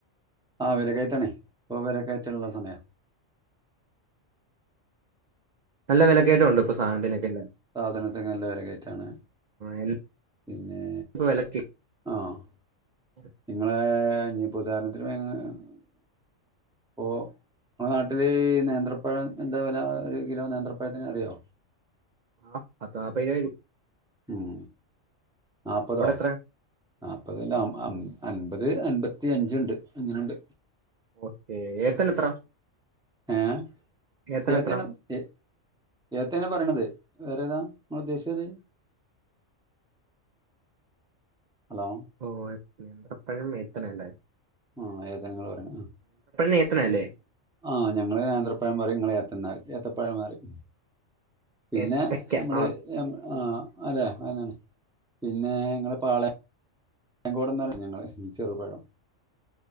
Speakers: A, in the centre; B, on the right.
A: ആഹ് വെല കയറ്റാണേ ഇപ്പോ വില കയറ്റള്ള സമയാ.
B: നല്ല വിലക്കയറ്റം ഉണ്ട് ഇപ്പ സധനത്തിനൊക്കെല്ലേ?
A: സാധനത്തിന് നല്ല വില കയറ്റാണ്
B: എന്താ
A: പിന്നെ
B: ഇപ്പൊ വിലക്ക്
A: ആഹ്.
B: <inaudible>
A: നിങ്ങളെ ഞ് ഇപ്പോ ഉദാഹരണത്തിന് <unintelligible> ഓ ങ്ങളെ നാട്ടില് നേന്ത്രപ്പഴം എന്താ വില ഒരു കിലോ നേന്ത്രപ്പഴത്തിന് അറിയോ?
B: ആഹ് അതാ പേര് വരും.
A: ഉം നാല്പ്പതോ
B: അവിടെ എത്ര
A: നാപ് ഒരുകിലോ അം അം അൻപത് അൻപത്തി അഞ്ച്ണ്ട് അങ്ങനെണ്ട്.
B: ഓക്കേ ഏതന് എത്ര?
A: ഏഹ്
B: ഏത്തൻ
A: ഏത്തന്.
B: എത്ര
A: എ ഏത്തന്നെ പറയണത് വേറെ ഏതാ നിങ്ങൾ ഉദ്ദേശിച്ചത്. ഹലോ.
B: ഓ എ നേന്ത്റപഴം ഏത്തന അല്ലേ?
A: ആഹ് ഏതാങ്ങൾ പറിണ്
B: നേത്തനല്ലേ
A: ആഹ്. ആഹ് ഞങ്ങൾ നേന്ത്രപ്പഴം പറിം നിങ്ങൾ ഏത്തൻന്നറിം ഏത്തപ്പഴം പറിം. പിന്നെ
B: ഏത്തക്ക
A: നമ്മള്
B: ആ
A: നമ്മ ആഹ് അതെ അതെന്നാണ് പിന്നെ ഇങ്ങൾ പ ആളെ ഞാകോടെന്ന് പറ ഞങ്ങള് ചെറുപഴം